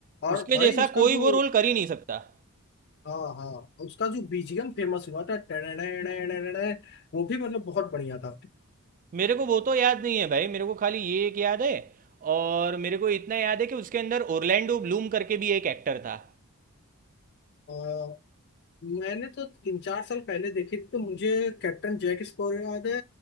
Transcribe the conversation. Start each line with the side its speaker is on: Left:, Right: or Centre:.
Left: और
Right: उसके
Left: भाई
Right: जैसा
Left: उसका
Right: कोई
Left: जो
Right: वो रोल कर ही नहीं सकता
Left: हाँ हाँ उसका जो बीजीएम फेमस हुआ था टेने वो भी मतलब बहुत बढ़िया था
Right: मेरे को वो तो याद नहीं है भाई मेरे को खाली ये एक याद है और मेरे को इतना याद है कि उसके अंदर ओरलैंडो ब्लूम करके भी एक एक्टर था
Left: कि- मैंने तो तीन चार साल पहले देखी थी तो मुझे कैप्टन जैक स्पैरो याद है